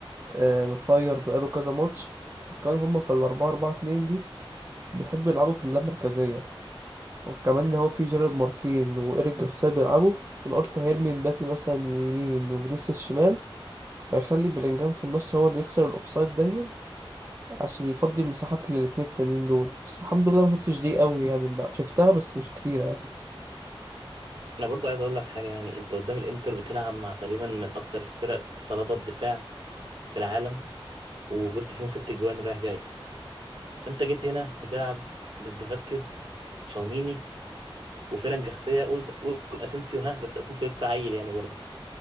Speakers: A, on the right; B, on the right.
A: آه، مفاير بقاله كذا ماتش وكمان هم في الأربعة أربعة اتنين دي بيحبوا يلعبوا في اللامركزية وكمان إن هو في جيرارد مارتين وإيريك جارسيا بيلعبوا فأنا قلت هيرمي مبابي مثلا يمين وفينيسيوس شمال وهيخلي بلينجهام في النص هو اللي يكسر الأوفسايد دايما عشان يفضي المساحات للاتنين التانيين دول بس الحمد لله ما شفتش دي قوي يعني بقى شفتها بس مش كتير يعني
B: انا برضو عايز اقول لك حاجه يعني انت قدام الانتر بتلعب مع تقريبا من اكثر فرق صلابه دفاع في العالم وجبت فيهم ست جوان رايح جاي انت جيت هنا بتلعب ضد فاسكيز تشاوميني وفرق جنسية قول قول اسينسيو ها بس اسينسيو لسه عيل يعني برضه